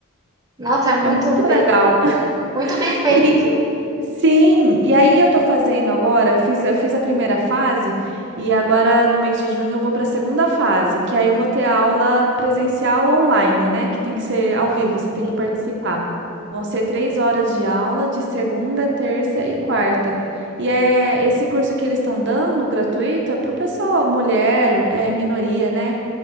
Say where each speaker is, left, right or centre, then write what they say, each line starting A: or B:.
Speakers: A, on the right; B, on the right.
A: Nossa, é muito
B: É muito
A: bem,
B: legal. <laughs>
A: muito bem feito.
B: E, Sim, e aí eu tô fazendo agora, eu fiz, eu fiz a primeira fase e agora no mês de junho eu vou para a segunda fase, que aí eu vou ter aula presencial online, né? Que tem que ser ao vivo, você tem
A: Sim,
B: que participar. Vão ser três horas de aula de segunda, terça e quarta. E é esse curso que eles estão dando, gratuito, é para o pessoal, mulher, é, minoria, né?